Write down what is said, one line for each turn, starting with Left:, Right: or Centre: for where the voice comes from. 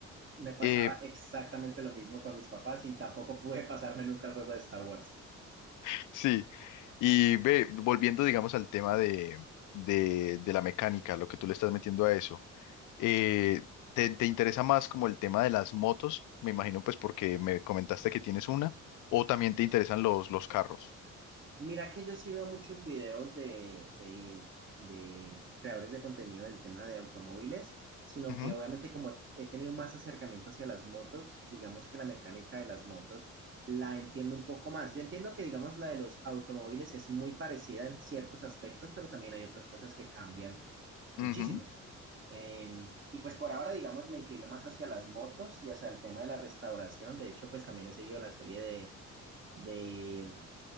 Right: Me pasaba
Left: Eh,
Right: exactamente lo mismo con mis papás y tampoco pude pasarme nunca el juego de Star Wars.
Left: <laughs> sí. Y ve, volviendo, digamos, al tema de, de, de la mecánica, lo que tú le estás metiendo a eso. eh, ¿te, te interesa más como el tema de las motos? Me imagino pues porque me comentaste que tienes una. ¿O también te interesan los, los carros?
Right: Mira que yo sí veo muchos videos de, eh, de creadores de contenido del tema de automóviles, sino
Left: Ujú,
Right: que obviamente como he tenido más acercamiento hacia las motos, digamos que la mecánica de las motos la entiendo un poco más. Yo entiendo que digamos la de los automóviles es muy parecida en ciertos aspectos, pero también hay otras cosas que cambian muchísimo.
Left: ujú,
Right: Eh, y pues por ahora digamos me inclino más hacia las motos y hacia el tema de la restauración. De hecho pues también he seguido la serie de de